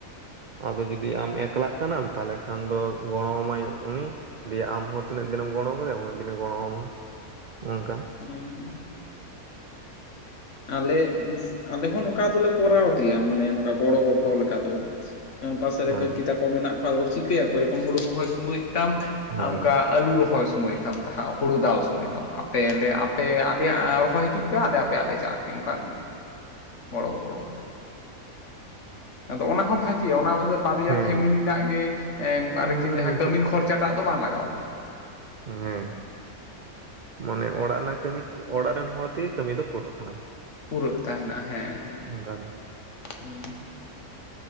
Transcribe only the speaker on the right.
ᱟᱫᱚ ᱡᱩᱫᱤ ᱟᱢ ᱮᱠᱞᱟᱜ ᱠᱟᱱᱟᱢ ᱛᱟᱦᱮᱞᱮ ᱠᱷᱟᱱ ᱫᱚ ᱜᱚᱲᱚ ᱟᱢᱟᱭ ᱩᱱᱤ ᱫᱤᱭᱮ ᱟᱢᱚᱸ ᱛᱤᱱᱟᱹᱜ ᱫᱤᱱᱮᱢ ᱜᱚᱲᱚᱣᱟ ᱠᱟ ᱫᱮᱭᱟ ᱩᱱᱟᱹᱜ ᱫᱤᱱᱮ ᱜᱚᱲᱚ ᱟᱢᱟ ᱚᱱᱠᱟ
ᱦᱮᱸ
ᱦᱮᱸ
ᱦᱮᱸ
ᱢᱟᱱᱮ
ᱱᱤᱡᱮ
ᱦᱮᱸ ᱢᱟᱱᱮ ᱚᱲᱟᱜ ᱨᱮᱱᱟᱜ ᱠᱟᱹᱢᱤ ᱚᱲᱟᱜ ᱨᱮᱱ ᱦᱚᱲ ᱛᱮᱜᱮ ᱠᱟᱹᱢᱤ ᱫᱚ ᱯᱩᱨᱟᱹᱜ ᱠᱟᱱᱟ᱾
ᱚᱱᱠᱟᱫᱟ